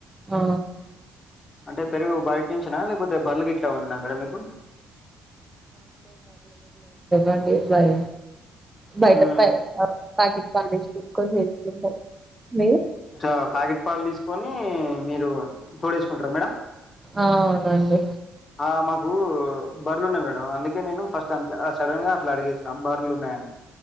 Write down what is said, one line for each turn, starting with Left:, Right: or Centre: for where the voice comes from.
Right: ఆ
Left: అంటే పెరుగు బయట నుంచనా లేకపోతే బర్లు గ ఇట్లా ఉన్నా మేడ మీకు
Right: అండి బాయ బయటప్ప
Left: హ్మ్.
Right: పాకి పాలస్సుకొని వసుకుంట మీరు
Left: ఇట్లా ప్యాకెట్ పాలు తీసుకొని మీరు తోడ వేసుకుంటారు మేడం
Right: ఆనండి
Left: ఆ మాకు బర్రలు ఉన్నాయి మేడం అందుకే నేను ఫస్ట్ అంత సడన్ గా అట్లా అడిగేసిన బర్రలు ఉన్నాయని